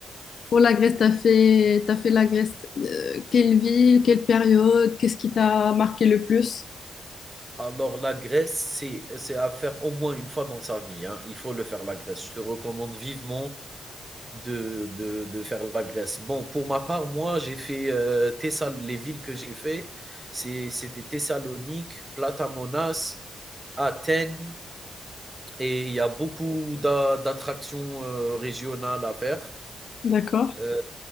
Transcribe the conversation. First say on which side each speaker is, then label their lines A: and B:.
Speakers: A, on the left; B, on the right.
A: Pour la Grèce, t'as fait, t'as fait la Grèce, euh, quelle ville, quelle période, qu'est-ce qui t'a marqué le plus?
B: Alors, la Grèce, c'est, c'est à faire au moins une fois dans sa vie. hein. Il faut le faire, la Grèce. Je te recommande vivement de, de, de faire la Grèce. Bon, pour ma part, moi, j'ai fait euh, Thessal- les villes que j'ai fait, c'est- c'était Thessalonique, Platamonas, Athènes, et il y a beaucoup d'a- d'attractions euh, régionales à faire.
A: D'accord.
B: Euh,